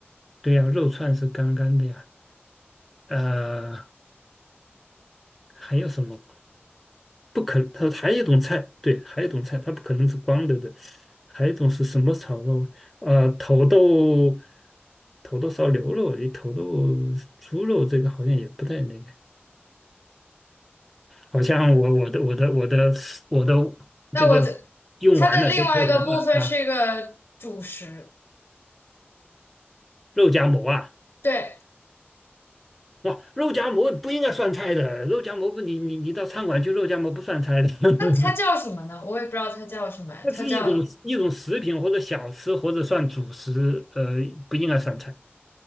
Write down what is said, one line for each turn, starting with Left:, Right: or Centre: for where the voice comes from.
Centre: 对呀、肉串是干干的呀。呃，还有什么？不可，它还有一种菜，对，还有一种菜，它不可能是光的的，还有一种是什么炒肉？呃，土豆头都烧牛肉，诶头都猪肉，这个好像也不太那个。好像我我的我的我的我的
Left: 那我这它的另外一个部分是一个主食，
Centre: 这个用完了都做完了啊，肉夹馍啊，
Left: 对。
Centre: 哇，肉夹馍不应该算菜的，肉夹馍不你你你到餐馆去肉夹馍不算菜的，<laughs>
Left: 那它叫什么呢？我也不知道它叫什么呀它叫
Centre: 那是一种一种食品或者小吃或者算主食，呃，不应该算菜。